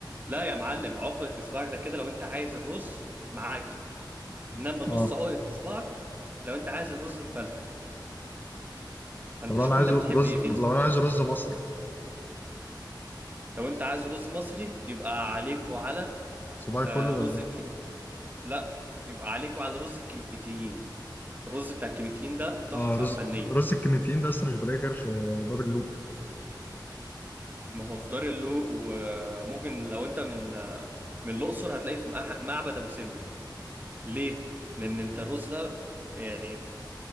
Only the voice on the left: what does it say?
اه
طب لو
أنا عايزه
رز
لو
أنا عايزه رز مصري
صباعي
كله ولا
إيه؟
اه رز
رز الكيميتيين ده أصلا مش بلاقيه غير في باب اللوق